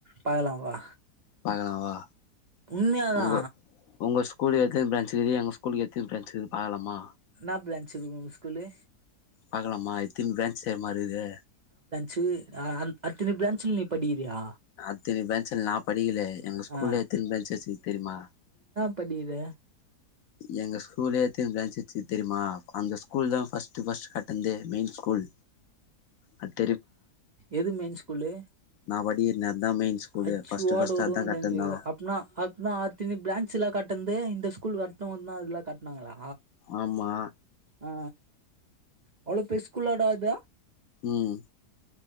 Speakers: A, on the right; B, on the left.
A: பாக்கலா வா
B: பாக்லா வா
A: உண்மையாதா
B: ஒங்க ஒங்க ஸ்கூல்ல எத்தின் ப்ரான்ச்சுகிது எங்க ஸ்கூல்ல எத்தின் ப்ரான்ச்சுக்கிதுன் பாக்லாமா
A: என்னா ப்ரான்ச்சுது உங் ஸ்கூலு
B: பாக்கலாமா எத்தின் ப்ரான்ச் தெர்மா இருகுது
A: சு அ அந் அத்துன ப்ரான்ச்ல நீ படிக்கிறியா
B: அத்தினி ப்ரான்ச்ல நா படிக்கிலே எங்க ஸ்கூல்ல
A: ஆ
B: எத்தின் ப்ரான்ச் வச்சிக் தெரிமா
A: படிகிறே
B: எங்க ஸ்கூலே எத்தின் ப்ரான்ச் வச்சிக் தெரிமா அந்த ஸ்கூல் தா ஃபஸ்ட்டு ஃபஸ்ட் கட்டந்தே மெயின் ஸ்கூல் அத்
A: எது மெயின் ஸ்கூலு
B: நா படிக்கிற அதா மெயின் ஸ்கூலு
A: அச்சு
B: ஃபர்ஸ்ட்
A: ஓட
B: ஃபர்ஸ்ட்
A: உடுவ
B: அதா கட்டுனா
A: தெரிஞ்சுக்கோ அப்னா அப்னா அத்தினி ப்ரான்ச் எல்லா கட் டந்து இந்த ஸ்கூல் வர்ட்டூந்தா அத்லா கட்னாங்களா
B: ஆமா
A: ஆ அவ்ளோ பெரி ஸ்கூலாடா அத
B: ம்